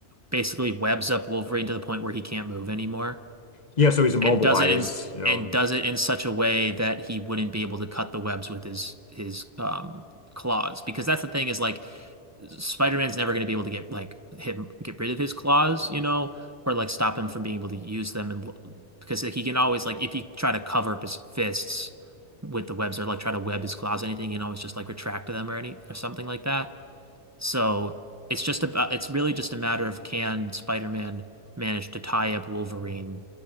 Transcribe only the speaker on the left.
Yeah, so he's immobilized,
you know.